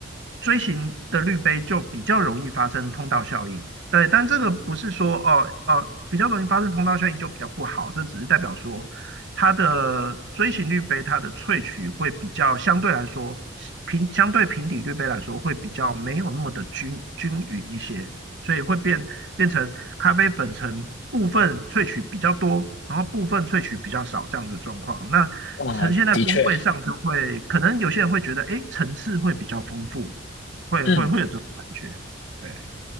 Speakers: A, on the right; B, on the left.
A: 锥形的滤杯就比较容易发生通道效应。对，但这个不是说哦哦呃呃比较容易发生通道效应就比较不好，这只是代表说它的锥形滤杯它的萃取会比较相对来说平相对平底滤杯来说会比较没有那么的均均匀一些，所以会变变成咖啡粉层部分萃取比较多，然后部分萃取比较少这样的状况。那呈现在风味上就会，
B: 嗯，的确，
A: 可能有些人会觉得，哎，层次会比较丰富，会会会有这种感觉。
B: 嗯，
A: 对，